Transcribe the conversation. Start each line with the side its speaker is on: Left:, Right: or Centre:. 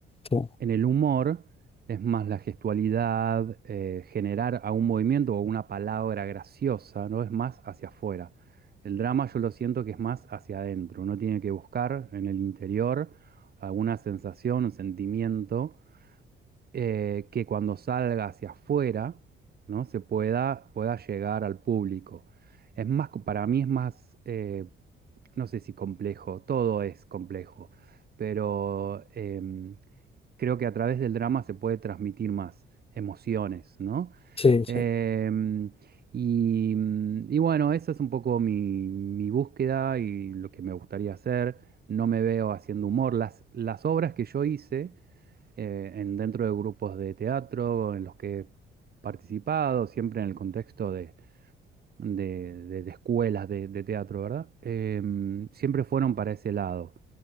Left: sí,
Right: En el humor es más la gestualidad, eh, generar a un movimiento o una palabra graciosa, ¿no? Es más hacia afuera. El drama yo lo siento que es más hacia adentro. Uno tiene que buscar en el interior alguna sensación, un sentimiento eh, que cuando salga hacia afuera, ¿no? se pueda, pueda llegar al público. Es más, co- para mí es más, eh, no sé si complejo, todo es complejo, pero em, creo que a través del drama se puede transmitir más emociones, ¿no?
Left: Sí,
Right: Em,
Left: sí,
Right: y, y bueno, esa es un poco mi, mi búsqueda y lo que me gustaría hacer. No me veo haciendo humor. Las, las obras que yo hice eh, en, dentro de grupos de teatro en los que he participado, siempre en el contexto de, de- de- de escuelas de, de teatro, ¿verdad? Em, siempre fueron para ese lado.